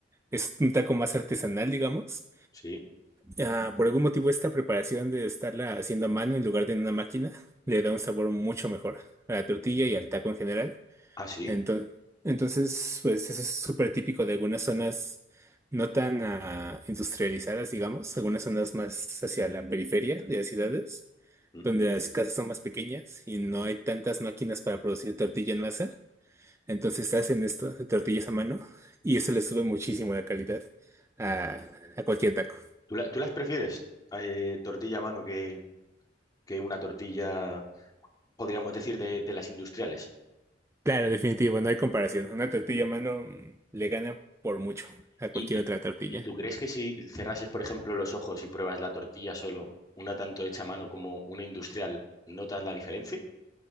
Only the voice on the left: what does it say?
Sí.
Ah, sí.
Mm.
¿Tú, la- tú las prefieres? eh, tortilla a mano que, que una tortilla, podríamos decir, de, de las industriales.
¿Mm?
¿Y,
y,
y tú crees que si cerrases, por ejemplo, los ojos y pruebas la tortilla solo, una tanto hecha a mano como una industrial, notas la diferencia?